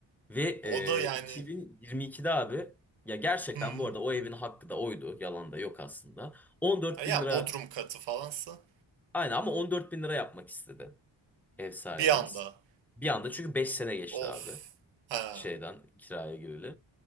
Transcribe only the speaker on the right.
O da yani
hı.
Ya
Bodrum katı falansa
bir anda.
Of.
Ha.